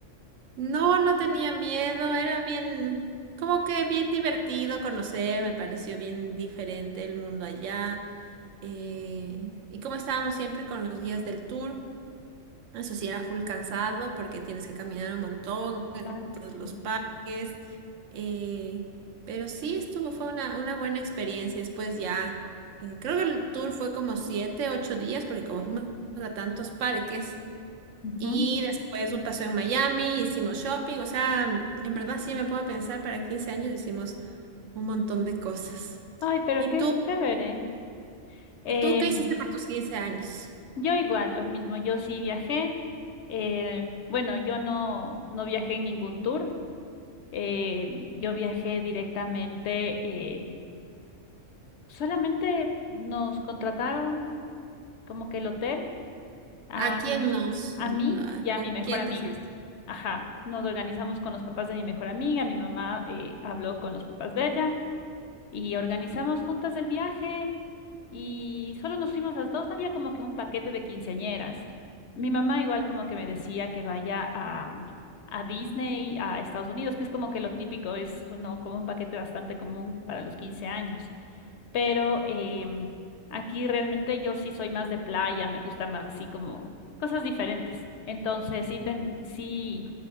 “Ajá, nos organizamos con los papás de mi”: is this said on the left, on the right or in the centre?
Left